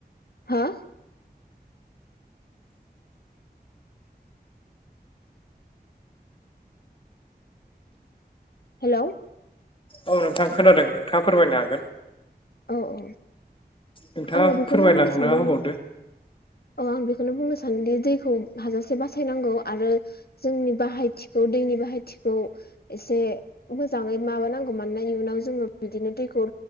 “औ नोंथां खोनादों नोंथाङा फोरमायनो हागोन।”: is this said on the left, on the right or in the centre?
Left